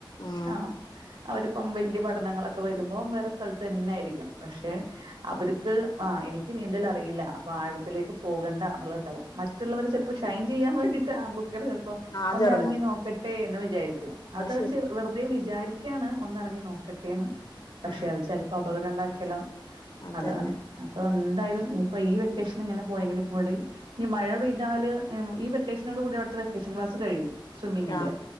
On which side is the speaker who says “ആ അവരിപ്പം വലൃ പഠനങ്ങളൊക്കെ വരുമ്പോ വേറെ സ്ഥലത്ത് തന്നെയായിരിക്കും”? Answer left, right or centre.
Right